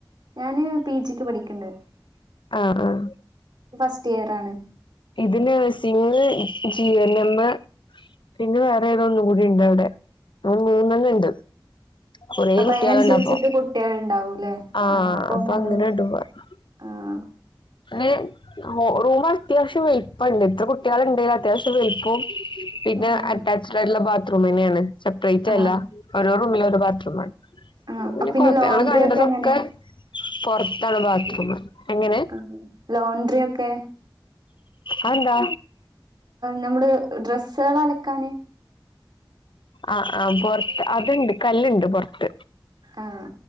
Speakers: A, on the right; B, on the left.
A: ഞാന് പി ജിക്ക് പഠിക്ക്‌ യുണ്ട്.
B: ആഹ് ആഹ്.
A: ഫസ്റ്റ് ഇയറാണ്.
B: ഇതിന് സിങ്, ജി എൻ എമ്മ് പിന്നെ വേറെ ഏതോ ഒന്നും കൂടിയുണ്ട് അവിടെ. ആഹ് മൂന്നെണ്ണം ഉണ്ട്. കുറേ
A: അപ്പൊ
B: കുട്ടികളുണ്ട്
A: അതിനനുസരിച്ചിട്ട്
B: ഇപ്പം
A: കുട്ടികൾ ഉണ്ടാവൂല്ലേ
B: ആഹ് അപ്പൊ
A: നമ്മള്
B: അങ്ങനെ ഇണ്ട് പറഞ്ഞു.
A: ആഹ്.
B: പിന്നെ റൂം അത്യാവശ്യം വലിപ്പം ഉണ്ട് ഇത്ര കുട്ടികൾുണ്ടെങ്കിലും അത്യാവശ്യം വലിപ്പോ പിന്നെ
A: ആഹ്
B: അറ്റാച്ച്ഡ് ആയിട്ടുള്ള ബാത്റൂം തന്നെയാണ് സെപ്പറേറ്റ്
A: ആഹ്
B: അല്ല. ഓരോ റൂമിൽ ഒരു ബാത്റൂ ആണ്
A: ആഹ്
B: പിന്നെ
A: ലോണ്ട്രി
B: ഞങ്ങളു കണ്ടതൊക്കെ.
A: ഒക്കെ എങ്ങനെ
B: പുറത്താണ് ബാത്റൂമ് എങ്ങനെ.
A: ആഹ് ലോണ്ട്രി ഒക്കെ.
B: അത് എന്താ?
A: നമ്മള് ഡ്രെസ്സുകള് അലക്കാന്.
B: ആഹ് ആ ഹ് പുറത്ത് അതുണ്ട് കല്ലുണ്ട് പൊറാത്ത്.
A: ആഹ്.